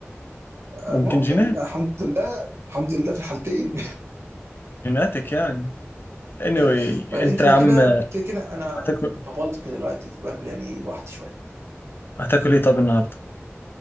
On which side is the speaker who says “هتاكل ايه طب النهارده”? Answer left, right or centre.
Left